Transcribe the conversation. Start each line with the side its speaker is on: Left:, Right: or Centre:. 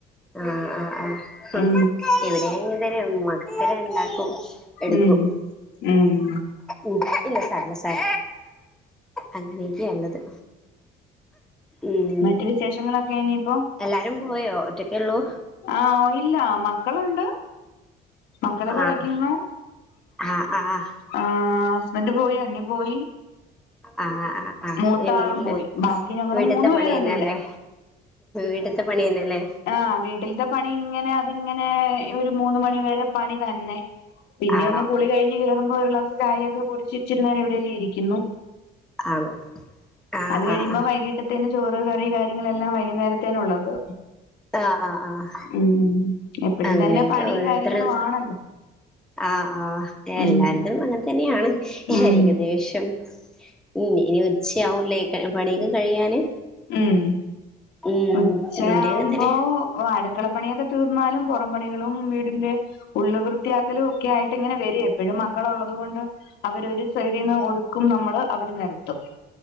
Centre: ആഹ് ആഹ് ആഹ്
Left: ഉം
Centre: <unintelligible> രണ്ടാക്കും എടുക്കും
Left: ഉം ഉം
Centre: ഉം ഇല്ല സാരല്ല സാർ അങ്ങനെയൊക്കെയ ഉള്ളത് ഉം
Left: മറ്റു വിശേഷങ്ങളൊക്കെ ഇനിയിപ്പോ
Centre: എല്ലാരും പോയോ ഒറ്റക്കെള്ളൂ
Left: ആഹ് ഇല്ല മക്കളുണ്ട് മക്കള് കളിക്കുന്നു
Centre: ആഹ് ആഹ് ആഹ്
Left: ആഹ് ഹുസ്ബൻഡ് പോയി അണ്ണി പോയി
Centre: ആഹ് ആഹ് ആഹ്
Left: മൂത്ത
Centre: ഇനി വീട്ടില്
Left: ആളും പോയി ബാക്കി ഞങ്ങള്
Centre: വീട്ടത്തെ
Left: മൂന്ന് പേരുണ്ട്
Centre: പണി തന്നെല്ലേ
Left: ഇവിടെ
Centre: വീട്ടത്തെ പണി തന്നെല്ലേ
Left: ആഹ് വീട്ടിലത്തെ പണി ഇങ്ങനെ അതിങ്ങനെ ഒരു മൂന്ന് മണിവരെ പണി തന്നെ പിന്നെ
Centre: ആണോ
Left: ഒന്ന് കൂളികഴിഞ്ഞ് കയറുമ്പോ ഒരു ഗ്ലാസ് ചായൊക്കെ കുടിച്ച് ഇച്ചിരു നേരം എവിടെലേ ഇരിക്കുന്നു
Centre: ആണോ ആഹ്
Left: അത് കഴിയുമ്പോ
Centre: ആഹ്
Left: വൈകിട്ട് ചോറ് കറി കാര്യങ്ങളെല്ലാം വൈകുന്നേരത്തേന്ന ഉള്ളത്
Centre: ആഹ് ആഹ് ആഹ്
Left: ഉം എപ്പഴും
Centre: അങ്ങനെയൊക്കെ
Left: തന്നെ പണിയും
Centre: ഓരോരുത്തര്
Left: കാര്യങ്ങളും ആണല്ലോ
Centre: ആഹ് ആഹ് എല്ലായിടത്തും
Left: ഉം
Centre: അങ്ങനെ തന്നെയാണ്
Left: ഉം
Centre: ഏകദേശം ഉം ഇനി ഉച്ചയാവല്ലേ പണിയക്കെ കഴിയാന്
Left: ഉം
Centre: ഉം
Left: ഉച്ചയാവുമ്പോ
Centre: ഇവിടെ അങ്ങനെ തന്നെ
Left: ഓ അടുക്കളപ്പണിയൊക്കെ തീർന്നാലും പുറം പണികളും വീടിന്റെ ഉള്ള് വൃത്തിയാക്കലും ഒക്കെ ആയിട്ട് ഇങ്ങനെ വരെ എപ്പോഴും മക്കള് ഉള്ളത് കൊണ്ട് അവര് ഒരു സൈഡിൽന്ന് ഒതുക്കും നമ്മള് അവര് നിരത്തും